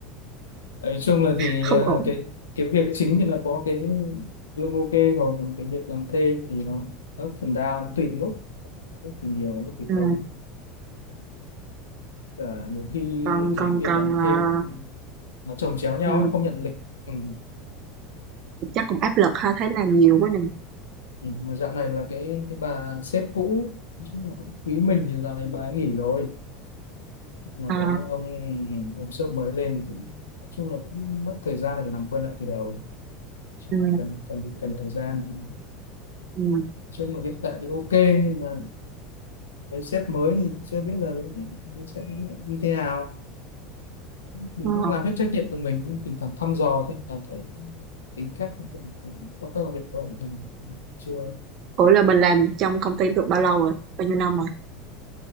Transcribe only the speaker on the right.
không
ổn.
Ừ.
Còn
còn
còn
ờ,
ừ,
chắc cũng áp lực ha, thấy làm nhiều quá nè.
À,
ừ.
Ừ.
Ờ.
Ủa là mình làm trong công ty được bao lâu rồi? Bao nhiêu năm rồi?